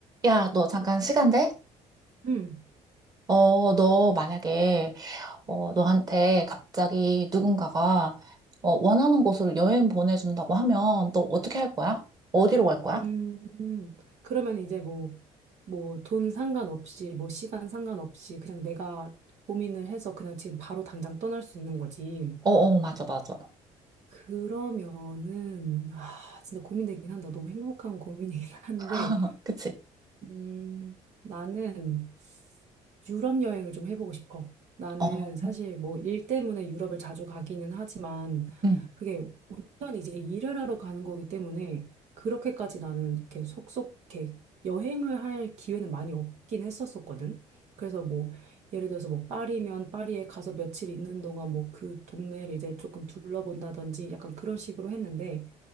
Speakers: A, on the right (about 30°); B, on the right (about 65°).
A: 야, 너 잠깐 시간 돼?
B: 음,
A: 어, 너 만약에, 어, 너한테 갑자기 누군가가, 어, 원하는 곳으로 여행 보내준다고 하면 너 어떻게 할 거야? 어디로 갈 거야?
B: 음, 음. 그러면 이제 뭐, 뭐, 돈 상관없이, 뭐, 시간 상관없이, 그냥 내가 고민을 해서 그냥 지금 바로 당장 떠날 수 있는 거지.
A: 어, 어, 맞아, 맞아.
B: 그러면은, 아, 진짜 고민되긴 한다. 너무 행복한 고민이긴 한데,
A: <laughs> 그치?
B: 음, 나는 유럽 여행을 좀 해보고 싶어. 나는
A: 어,
B: 사실 뭐 일 때문에 유럽을 자주 가기는 하지만
A: 응,
B: 그게 완전 이제 일을 하러 가는 거기 때문에 그렇게까지 나는 이렇게 속속 이렇게 여행을 할 기회는 많이 없긴 했었었거든. 그래서 뭐 예를 들어서 뭐 파리면 파리에 가서 며칠 있는 동안 뭐 그 동네를 이제 조금 둘러본다든지 약간 그런 식으로 했는데